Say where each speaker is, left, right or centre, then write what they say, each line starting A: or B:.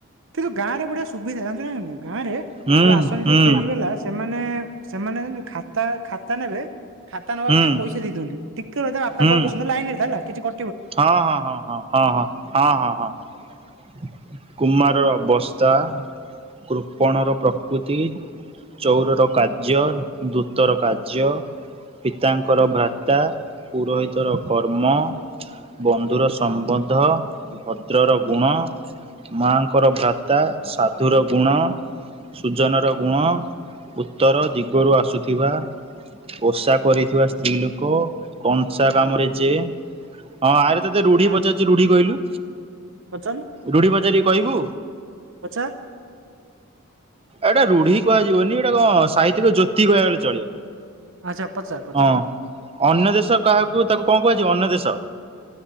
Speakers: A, on the right (about 65°); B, on the right (about 25°).
A: କିନ୍ତୁ ଗାଁରେ ଏଗୁଡା ସୁବିଧା ଜାଣିଚୁ ନା ଜାଣିନୁ ଗାଁରେ ଯୋଉ
B: ହୁଁ
A: ଆସନ୍ତି
B: ହୁଁ
A: ଯୋଉ ଫେରିବାଲା। ସେମାନେ ସେମାନେଜାଣିଚୁ ଖାତା ଖାତା ନେବେ। ଖାତା ନବା
B: ହୁଁ
A: ପିଛା ପଇସା ଦେଇ ଦିଅନ୍ତି ଟିକେ ରଇଥା ବାପା
B: ହୁଁ
A: କଲ କରିଛନ୍ତି ଲାଇନ ରେ ଥା ହେଲା କିଛି କ
B: ହଁ ହଁ ହଁ ହଁ ହଁ ହଁ ହଁ ହଁ ହଁ କୁମାରର ଅବସ୍ଥା କୃପଣର ପ୍ରକୃତି ଚୱର ର କାର୍ଯ୍ୟ ଦୂତର କାର୍ଯ୍ୟ। ପିତାଙ୍କର ଭ୍ରାତା ପୁରୋହିତର କର୍ମ ବନ୍ଧୁର ସମ୍ବନ୍ଧ ଭଦ୍ରର ଗୁଣ। ମାଆଙ୍କର ଭ୍ରାତା ସାଧୁର ଗୁଣ। ସୂଜନର ଗୁଣ ଉତ୍ତର ଦିଗରୁ ଆସୁଥିବା ବସା କରିଥିବା ସ୍ତ୍ରୀ ଲୋକ କଂସା
A: ହଁ
B: କାମରେ ଯିଏ ହଁ ଆରେ ତତେ ରୁଢି
A: ହଁ
B: ପଚାରୁଚ ରୁଢି କହିଲୁ।
A: ପଚାରୁନୁ
B: ରୁଢି ପଚାରିବି କହିବୁ।
A: ପଚାର
B: ଏଇଟା ରୁଢି କୁହାଯିବନି ଏଗୁଡା କଣ ସାହିତିକ ଜୋତି କୁହାଗଲେ ଚଳିବ।
A: ଆଚ୍ଛା ପଚାର୍ ପଚାର୍
B: ହଁ ଅନ୍ୟ ଦେଶ କାହାକୁ ତାକୁ କଣ କୁହାଯିବ ଅନ୍ୟ ଦେଶ।